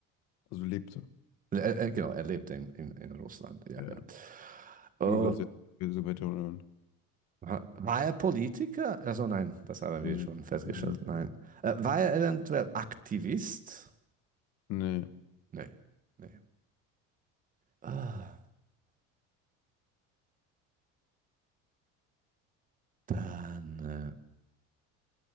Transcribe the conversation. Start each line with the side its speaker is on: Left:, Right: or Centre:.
Left: Also lebte.
Right: Er, er, genau, er lebte in, in, in Russland, ja,
Left: Ja.
Right: ja. Oh,
Left: Sogar sehr, so weiter unten.
Right: wa- war er Politiker? Also nein, das haben
Left: Nee.
Right: wir schon festgestellt,
Left: Nee.
Right: nein. Äh, war er eventuell Aktivist?
Left: Nee.
Right: Nee, nee. Ah, dann äh,